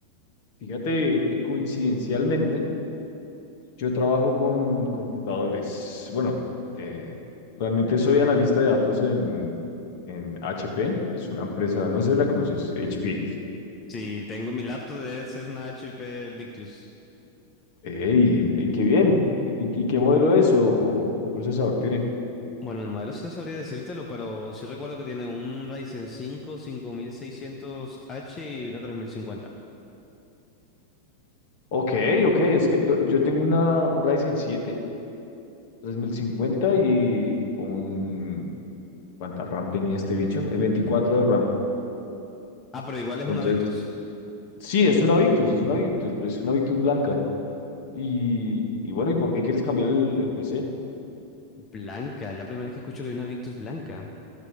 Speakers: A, on the left; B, on the left.
A: Fíjate que coincidencialmente yo trabajo con computadores. Bueno, eh, realmente soy analista de datos en, en HP, es una empresa, no sé si la conoces, HP.
B: Sí, tengo mi laptop, debe ser una HP Victus.
A: ¡Ey! ey, qué bien! ¿Y, y qué modelo es o, o qué procesador tiene?
B: Bueno, el modelo sí no sabría decírtelo, pero sí recuerdo que tiene un Ryzen cinco cinco mil seiscientos h y una tres mil cincuenta
A: Ok, ok, es que lo- yo tengo una, un Ryzen siete tres mil cincuenta y con... ¿Cuánta RAM tenía este bicho? Eh, 24 de RAM.
B: Ah, pero igual es
A: Entonces,
B: una Victus.
A: Sí, es una Victus, es una Victus, pero es una Victus blanca. Y, y bueno, ¿y por qué quieres cambiar el, el PC?
B: Blanca, es la primera vez que escucho que hay una Victus blanca.